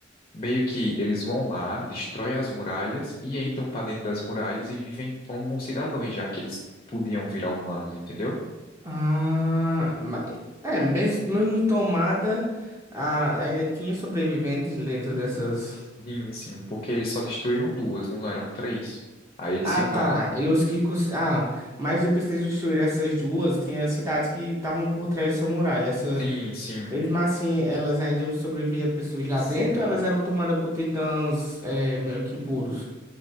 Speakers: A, on the left (about 30°); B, on the right (about 15°).
A: Meio que eles vão lá, destroem as muralhas e entram para dentro das muralhas e vivem como cidadãos, já que eles podiam virar humanos, entendeu?
B: Ah, ma- é, mesmo, mesmo tomada, ah, ainda tinha sobreviventes dentro dessas.
A: Sim, sim, porque eles só destruíram duas, não eram três. Aí eles
B: Ah,
A: ficaram.
B: tá. E os que. cons- Ah, mas depois que eles destruíram essas duas, tinha cidades que estavam por trás dessa muralha. Essa...
A: Sim, sim,
B: Mesmo assim, elas ainda sobreviviam pessoas lá
A: sim.
B: dentro, elas eram tomadas por titãs é, meio que puros.